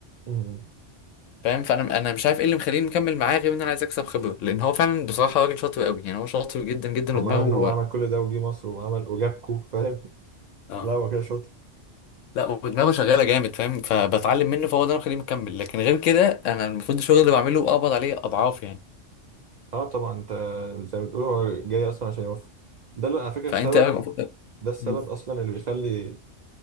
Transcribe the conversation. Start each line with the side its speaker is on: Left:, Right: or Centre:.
Right: امم
Left: فاهم فانا انا مش عارف ايه اللي مخليني مكمل معاه غير ان انا عايز اكسب خبرة لان هو فعلا بصراحة راجل شاطر قوي يعني هو شاطر جدا جدا
Right: ومعنى
Left: ودماغه
Right: ان هو عمل كل ده وجي مصر وعمل وجابكو فاهم <laughs>
Left: اه
Right: لا هو كده شاطر
Left: لا ودماغه شغالة جامد فاهم فبتعلم منه فهو ده اللي مخليني مكمل لكن غير كده انا المفروض الشغل اللي بعمله اقبض عليه اضعاف يعني
Right: اه طبعا انت زي ما بتقول هو جاي اصلا عشان يوفر ده اللي على فكره
Left: فانت
Right: السبب ده السبب
Left: مم،
Right: اصلا اللي بيخلي